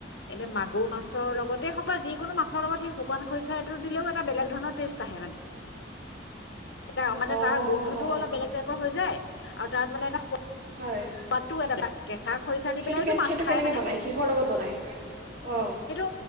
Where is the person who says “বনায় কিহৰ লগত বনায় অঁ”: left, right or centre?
Right